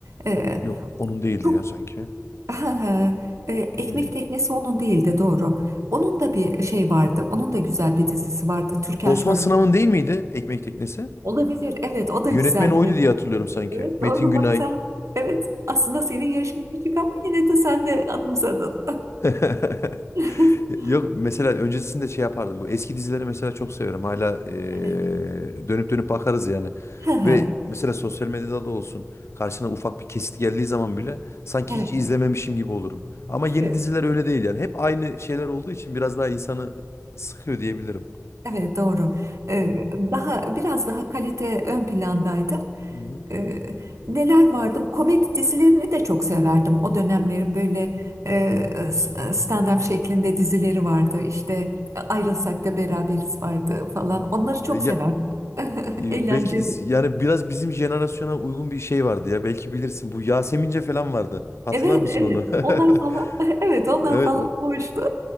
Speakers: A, on the right (about 70°); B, on the left (about 60°).
A: E,
B: Yok onun değildi
A: çok
B: ya sanki.
A: Ha, ha, e, Ekmek
B: İyi.
A: Teknesi onun değildi doğru. Onun da bir şey vardı. Onun da güzel bir dizisi vardı. Türkan
B: Osman
A: Şoray.
B: Sınav'ın değil miydi Ekmek Teknesi?
A: Olabilir. Evet, o da
B: Yönetmeni
A: güzeldi.
B: oydu diye hatırlıyorum sanki.
A: Evet, doğru
B: Metin Günay.
A: bak sen. Evet, aslında senin yaşın küçük ama yine de sen de anımsadın.
B: <laughs>
A: <laughs>
B: Yok mesela öncesinde şey yapardım. Bu eski dizileri mesela çok seviyorum. Hala eee,
A: Evet.
B: dönüp dönüp bakarız yani.
A: Ha ha.
B: Ve mesela sosyal medyada da olsun karşına ufak bir kesit geldiği zaman bile sanki
A: Evet.
B: hiç izlememişim gibi olurum. Ama yeni
A: Evet.
B: diziler öyle değil yani. Hep aynı şeyler olduğu için biraz daha insanı sıkıyor diyebilirim.
A: Evet, doğru. E, daha biraz daha kalite ön plandaydı.
B: Hı hı.
A: Ee, neler vardı? Komedi dizilerini de çok severdim. O dönemlerin böyle e, s- e, stand-up şeklinde dizileri vardı. İşte Ayrılsak da Beraberiz vardı falan. Onları çok
B: E, ya
A: severdim. <laughs>
B: e,
A: Eğlenceli.
B: belki is- yani biraz bizim jenerasyona uygun bir şey vardı ya. Belki bilirsin bu Yasemince falan vardı. Hatırlar
A: Evet,
B: mısın
A: evet.
B: onu? <laughs>
A: Onlar falan. <laughs> Evet, onlar
B: Evet
A: falan
B: o
A: hoştu.